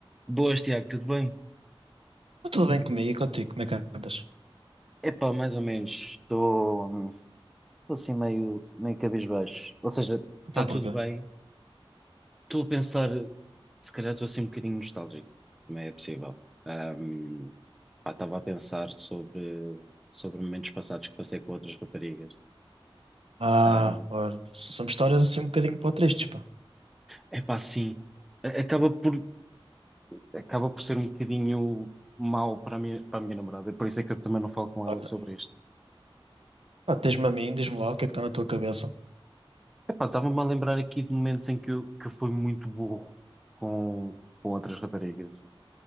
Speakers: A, in the centre; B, on the right (about 80°).
A: Boas, Tiago, tudo bem?
B: Está tudo bem comigo e contigo? Como é que andas?
A: Epá, mais ou menos. Estou hum, estou assim meio, meio cabisbaixo. Ou seja,
B: Então
A: está
B: porquê?
A: tudo bem. Estou a pensar, se calhar estou assim um bocadinho nostálgico. Também é possível. Ahm, pá, estava a pensar sobre, sobre momentos passados que passei com outras raparigas.
B: Ah,
A: Ahm,
B: olha, são histórias assim um bocadinho para tristes, pá.
A: epá, sim. A- Acaba por, acaba por ser um bocadinho mau para a minha, para a minha namorada. Por isso é que eu também não falo com
B: Olha,
A: ela sobre isto.
B: pá, tens-me a mim, diz-me lá o que é que está na tua cabeça.
A: Epá, estava-me a lembrar aqui de momentos em que eu, que eu fui muito burro com, com outras raparigas.